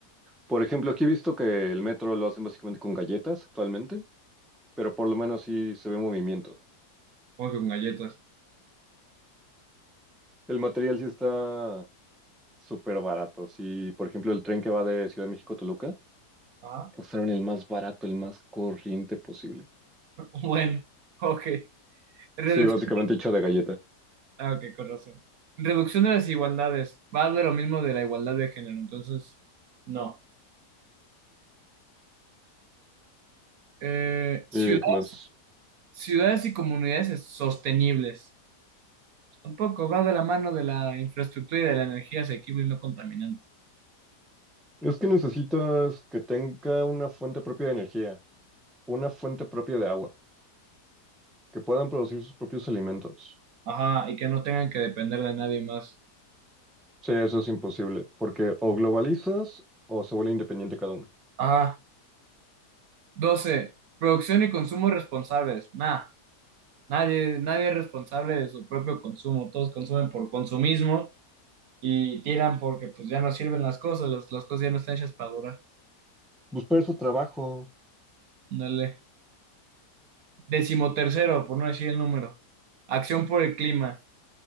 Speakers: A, in the centre; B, on the right.
A: por ejemplo, aquí he visto que el metro lo hacen básicamente con galletas actualmente, pero por lo menos sí se ve movimiento.
B: Como que con galletas.
A: El material sí está súper baratos. Y, por ejemplo, el tren que va de Ciudad de México a Toluca,
B: Ah,
A: usaron el más barato, el más corriente posible.
B: <laughs> bueno, ok. Reducción.
A: Sí, básicamente hecho de galleta.
B: Ah, ok, con razón. Reducción de las desigualdades. Va de lo mismo de la igualdad de género, entonces, no. Eh, ciudades,
A: ¿Y qué más?
B: ciudades y comunidades sostenibles. Tampoco va de la mano de la infraestructura y de la energía asequible y no contaminante.
A: Es que necesitas que tenga una fuente propia de energía, una fuente propia de agua, que puedan producir sus propios alimentos.
B: Ajá, y que no tengan que depender de nadie más.
A: Sí, eso es imposible, porque o globalizas o se vuelve independiente cada uno.
B: Ajá. doce Producción y consumo responsables. Nah, nadie, nadie es responsable de su propio consumo. Todos consumen por consumismo y tiran porque pues ya no sirven las cosas, las, las cosas ya no están hechas para durar.
A: Buscar su trabajo.
B: Dale. Decimotercero, por no decir el número. Acción por el clima.